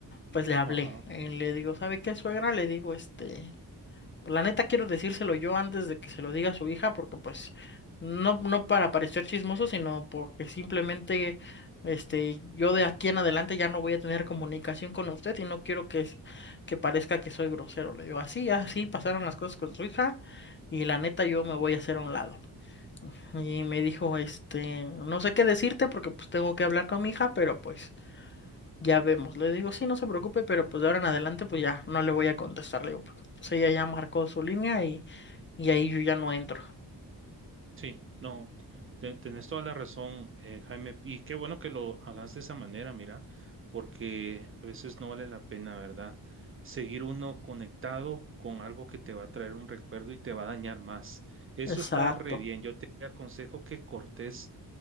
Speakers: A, on the left; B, on the right.
A: pues le hablé.
B: Ajá.
A: Y le digo, ¿sabe qué, suegra? Le digo, este pues, La neta quiero decírselo yo antes de que se lo diga a su hija, porque pues no, no para parecer chismoso, sino porque simplemente este, yo de aquí en adelante ya no voy a tener comunicación con usted y no quiero que, s- que parezca que soy grosero. Le digo, así, así pasaron las cosas con su hija y la neta yo me voy a hacer a un lado. Y me dijo, este, no sé qué decirte porque pues tengo que hablar con mi hija, pero pues ya vemos. Le digo, sí, no se preocupe, pero pues de ahora en adelante pues ya no le voy a contestar. Le digo, porque pues ella ya marcó su línea y... Y ahí yo ya no entro.
B: Sí, no, te- tenés toda la razón, eh, Jaime, y qué bueno que lo hagas de esa manera, mira, porque a veces no vale la pena, ¿verdad? Seguir uno conectado con algo que te va a traer un recuerdo y te va a dañar más. Eso
A: Exacto.
B: está re bien. Yo te aconsejo que cortes